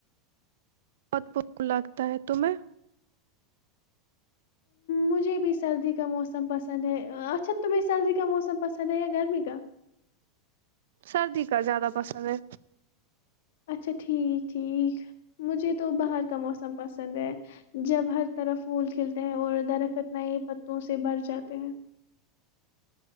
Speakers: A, on the right; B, on the left.
A: بہت پ لگتا ہے تمہیں
B: مجھے بھی سردی کا موسم پسند ہے اچھا تمہیں سردی کا موسم پسند ہے یا گرمی کا
A: سردی کا زیادہ پسند ہے
B: اچھا ٹھیک ٹھیک مجھے تو باہر کا موسم پسند ہے جب ہر طرح پھول کھلتے ہیں اور درخت ن پتوں سے بھر جاتے ہیں